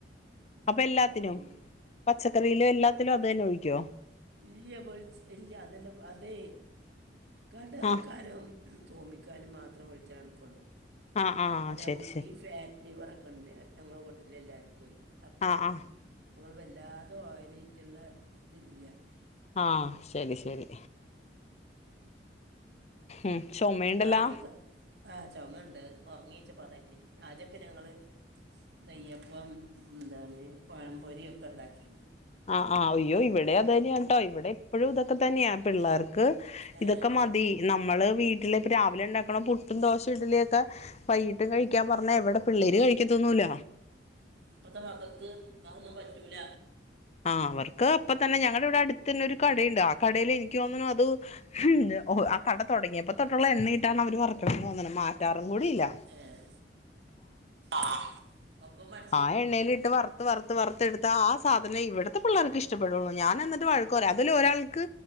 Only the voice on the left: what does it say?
അപ്പൊ എല്ലാത്തിനും
പച്ചക്കറിയിലും എല്ലാത്തിലും അത് തന്നെ ഒഴിക്കുവോ
ആ
ആ ആ
ശരി ശരി
ആ ആ
ആഹ് ശെരി ശെരി ഉം ചുമയുണ്ടല്ലോ
ആഹ് ആഹ് അയ്യോ ഇവിടെ അതെന്നയ കേട്ടോ ഇവിടെ എപ്പോഴും ഇതൊക്കെ തന്നെയാ പിള്ളേർക്ക്
ഇതൊക്കെ മതി നമ്മള് വീട്ടില് ഇപ്പ രാവിലെ ഉണ്ടാക്കണ പുട്ടും ദോശയും ഇഡ്ഡലിയുമൊക്കെ വൈകീട്ടും കഴിക്കാൻ പറഞ്ഞ എവിടെ പിള്ളേര് കഴിക്കത്തൊന്നൂല്ല
ആഹ് അവർക്ക് അപ്പൊ തന്നെ ഞങ്ങടെ ഇവിടെ അടുത്ത് തന്നെ ഒരു കടയുണ്ട് ആഹ് കടേൽ എനിക്ക് തോന്നുന്നു അത് ഉം ഓ ആഹ് കട തുടങ്ങിയപ്പോ തൊട്ടുള്ള എണ്ണ ഇട്ടാണ് അവര് വറക്കുന്ന തോന്നുന്നത് മാറ്റാറും കൂടില്ല
ആഹ് എണ്ണയിലിട്ട് വറുത്ത് വറുത്ത് വറുത്ത് എടു ടുത്ത ആഹ് സാധനം ഇവിടുത്തെ പിള്ളേർക്ക് ഇഷ്ടപ്പെടുള്ളൂ ഞാൻ എന്നിട്ട് വഴക്ക് പറയും അതില് ഒരാൾക്ക്